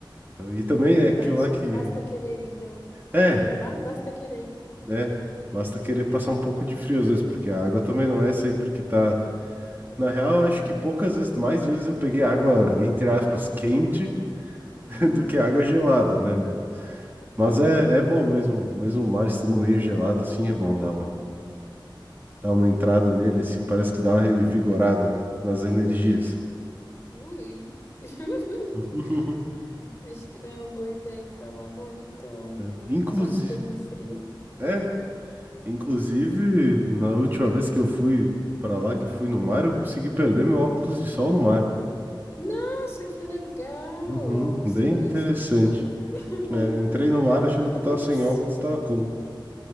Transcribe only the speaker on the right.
Então, e também
é
aquilo lá
que.
É,
né? Basta querer passar um pouco de frio às vezes, porque a água também não é sempre que tá.
Na real, eu acho que poucas
vezes, mais vezes eu peguei água, entre aspas, quente
<laughs> do que água gelada, né? Mas mas
é, é bom mesmo, mesmo o mar estando meio gelado, assim, é bom dar uma, dar uma
entrada nele, assim, parece que dá uma revigorada na- nas energias.
Uhum.
É, Inclusive,
é, inclusive, na última vez que eu fui pra lá, que eu fui no mar, eu consegui perder meu óculos de sol no mar.
Uhum,
bem
interessante.
É, entrei no mar achando
que eu tava sem óculos, tava com.